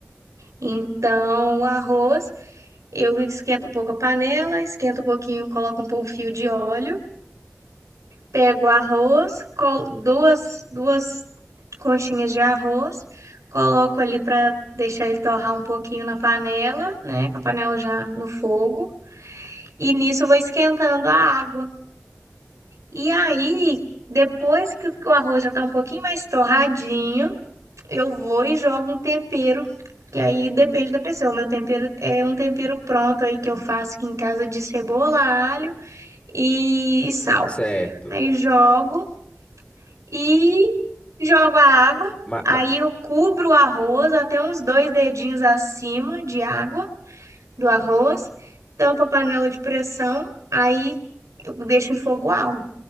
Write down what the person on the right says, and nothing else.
Então, o arroz, eu esquento um pouco a panela, esquento um pouquinho, coloco um pouco fio de óleo, pego o arroz, col duas, duas conchinhas de arroz, coloco ali para deixar ele torrar um pouquinho na panela, né? Com a panela já no fogo. E nisso eu vou esquentando a água. E aí, depois que o arroz já tá um pouquinho mais torradinho, eu vou e jogo um tempero, que aí depende da pessoa. O meu tempero é um tempero pronto aí que eu faço aqui em casa de cebola, alho e sal.
Aí jogo e jogo a água.
Aí
eu cubro o arroz até uns dois dedinhos acima de água do arroz, tampa a panela de pressão, aí eu deixo em fogo alto.